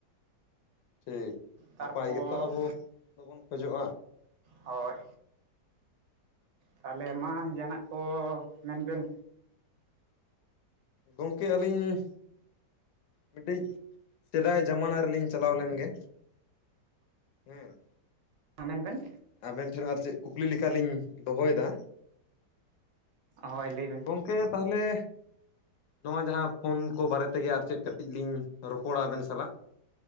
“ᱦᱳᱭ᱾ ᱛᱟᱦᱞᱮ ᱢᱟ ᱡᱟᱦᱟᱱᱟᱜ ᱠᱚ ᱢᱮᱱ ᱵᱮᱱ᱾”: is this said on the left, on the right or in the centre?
Right